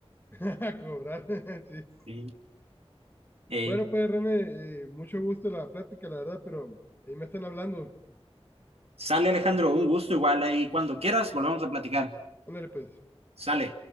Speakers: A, on the left (about 20°); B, on the right (about 70°).
A: <laughs> A cobrar, <laughs> sí.
B: Sí. Ey.
A: Bueno, pues René, eh, mucho gusto la plática, la verdad, pero ahí me están hablando.
B: Sale Alejandro, un gusto igual ahí. Cuando quieras, volvemos a platicar.
A: Ándale, pues.
B: Sale.